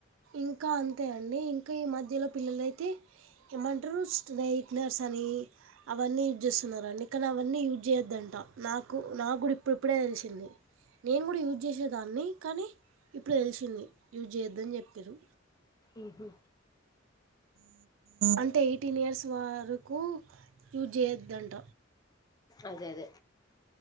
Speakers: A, on the right; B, on the left.
A: ఇంకా అంతే అండి ఇంకా ఈ మధ్యలో పిల్లలయితే ఏమంటరు స్ట్రెయిటైనర్స్స్ అని అవన్నీ యూజ్ చేస్తున్నరండి కానీ అవన్నీ యూజ్ చేయొద్దండి అంట నాకు నాక్కూడా ఇప్పుడిప్పుడే తెలిసింది నేను కూడా యూజ్ చేసేదాన్ని కానీ ఇప్పుడు తెలిసింది యూజ్ చేయొద్దని చెప్పిర్రు
B: ఉహు
A: అంటే ఎయిటీన్ ఇయర్స్ వరకు యూస్ చేయోద్దంట
B: అదే అదే